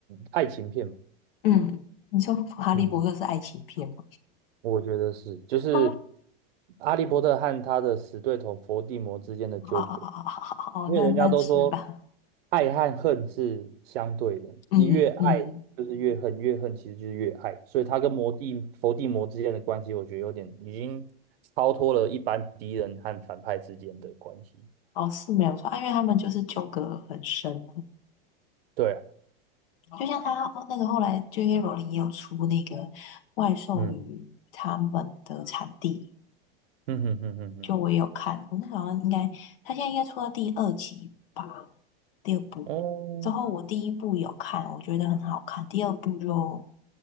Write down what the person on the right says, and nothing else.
爱情片嘛，
嗯，我觉得是，就是
《哈利波特》和他的死对头伏地魔之间的纠葛。
因为人家都说
爱和恨是相对的，
你越爱就是越恨，越恨其实就是越爱，所以他跟魔帝佛帝魔之间的关系，我觉得有点已经超脱了一般敌人和反派之间的关系。
对啊，
嗯嗯哼哼哼哼，
哦，